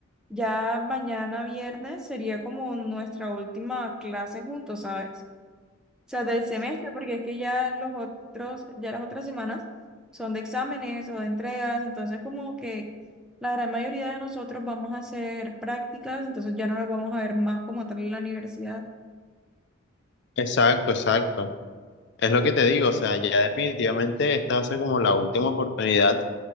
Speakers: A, in the centre; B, on the left.
A: ya mañana viernes sería como nuestra última clase juntos, ¿sabes? sea, del semestre, porque es que ya los otros, ya las otras semanas son de exámenes o de entregas, entonces como que la gran mayoría de nosotros vamos a hacer prácticas, entonces ya no nos vamos a ver más como tal en la universidad.
B: Exacto, exacto. Es lo que te digo, o sea, ya definitivamente esta va a ser como la última oportunidad